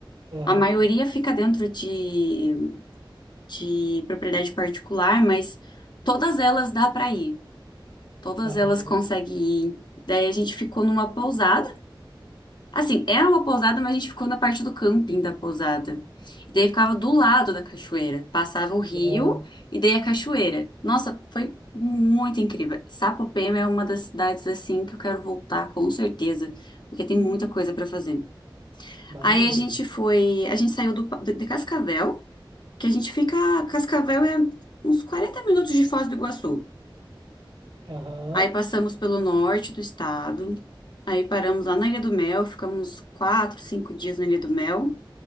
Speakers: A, on the right; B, on the left.
A: Aham,
B: A maioria fica dentro de, de propriedade particular, mas todas elas dá para ir, todas
A: aham.
B: elas conseguem ir. Daí a gente ficou numa pousada. Assim, era uma pousada, mas a gente ficou na parte do camping da pousada. E daí ficava do lado da cachoeira. Passava o rio
A: Nossa.
B: e daí a cachoeira. Nossa, foi muito incrível. Sapopema é uma das cidades assim que eu quero voltar com certeza, porque tem muita coisa pra fazer.
A: Maneiro.
B: Aí a gente foi, a gente saiu do, pa- de de Cascavel, que a gente fica, Cascavel é uns 40 minutos de Foz do Iguaçu.
A: Aham.
B: Aí passamos pelo norte do estado. Aí paramos lá na Ilha do Mel, ficamos quatro, cinco dias na Ilha do Mel.